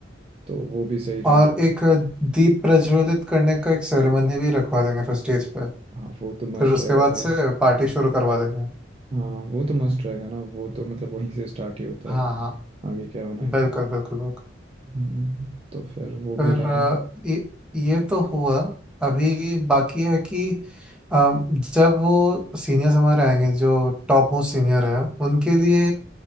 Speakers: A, on the right; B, in the centre.
A: तो वो भी सही रहेगा
B: और
A: यार
B: एक दीप प्रज्वलित करने का एक सेरेमनी भी रखवा देंगे फिर स्टेज पे
A: हाँ वो तो मस्त
B: फिर उसके
A: रहेगा
B: बाद
A: भाई
B: से पार्टी शुरू करवा देंगे
A: हाँ वो तो मस्त रहेगा ना वो तो मतलब वहीं से स्टार्ट ही होता
B: हाँ
A: है
B: हाँ
A: आगे क्या होना है
B: बिल्कुल बिल्कुल बिल्कुल
A: हम्म, तो फिर वो
B: फिर
A: भी रहेगा
B: अ, ये ये तो हुआ अभी बाकी है कि अ, जब वो सीनियर्स हमारे आएंगे जो टॉप मोस्ट सीनियर है उनके लिए